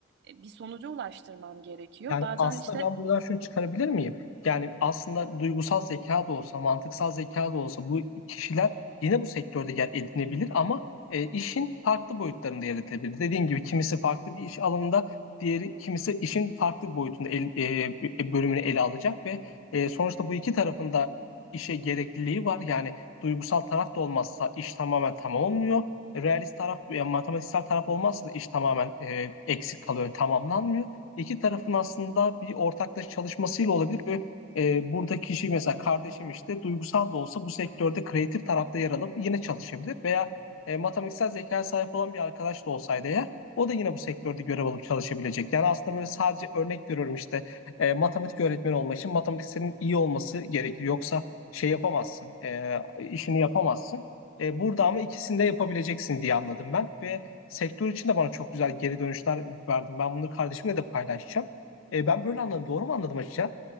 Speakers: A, on the right; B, on the left.
A: e, bir sonuca ulaştırmam gerekiyor.
B: Yani
A: Bazen
B: aslında
A: işte
B: ben buradan şunu çıkarabilir miyim? Yani aslında duygusal zeka da olsa, mantıksal zeka da olsa bu kişiler yine bu sektörde yer edinebilir ama e, işin farklı boyutlarında yer edinebilir. Dediğim gibi kimisi farklı bir iş alanında, diğeri kimisi işin farklı bir boyutunda el- e, b- bölümünü ele alacak ve e, sonuçta bu iki tarafında işe gerekliliği var. Yani duygusal taraf da olmazsa iş tamamen tamam olmuyor. Realist taraf, yani matematiksel taraf olmazsa da iş tamamen e, eksik kalıyor, tamamlanmıyor iki tarafın aslında bir ortaklaşa çalışmasıyla olabilir ve e, buradaki kişi mesela kardeşim işte duygusal da olsa bu sektörde kreatif tarafta yer alıp yine çalışabilir veya e, matematiksel zekaya sahip olan bir arkadaş da olsaydı eğer o da yine bu sektörde görev alıp çalışabilecek. Yani aslında böyle sadece örnek veriyorum işte e, matematik öğretmeni olmak için matematiksenin iyi olması gerekir. Yoksa şey yapamazsın, e, işini yapamazsın. E, burada ama ikisini de yapabileceksin diye anladım ben ve sektör için de bana çok güzel geri dönüşler verdin. Ben bunları kardeşimle de paylaşacağım. E, ben böyle anladım. Doğru mu anladım açıkça?